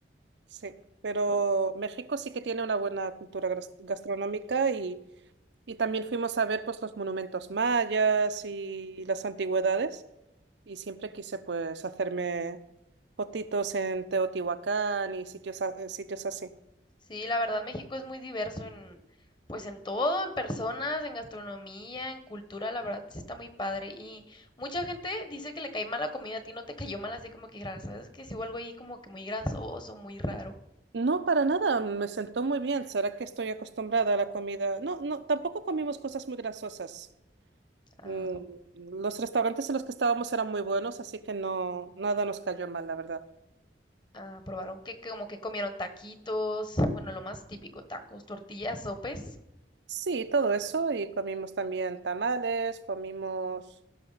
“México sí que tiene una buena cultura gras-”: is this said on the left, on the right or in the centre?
Right